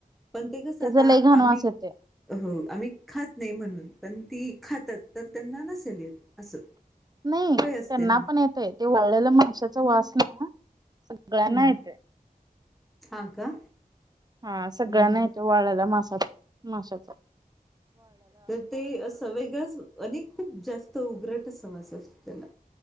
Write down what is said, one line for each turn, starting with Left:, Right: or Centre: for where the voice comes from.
Centre: पण ते कसं
Right: त्याचा
Centre: आता
Right: लई घाण
Centre: आम्ही
Right: वास येतोय
Centre: हो आम्ही खात नाही, म्हणून पण ती खातात तर त्यांना नसे ल <unintelligible> असं
Right: नाही त्यांना
Centre: असते ना
Right: पण येतय ते वळलेलं माशाच वासलं सगळ्यांना
Centre: हम्म
Right: येतोय.
Centre: हा का?
Right: हा
Centre: हम्म
Right: सगळ्यांना
Centre: हम्म
Right: येतो वाळ्याला मास <unintelligible> माशाच
Centre: तर ते असं वेगळंच आणि खूप जास्त उग्रट असा वास असतो त्याला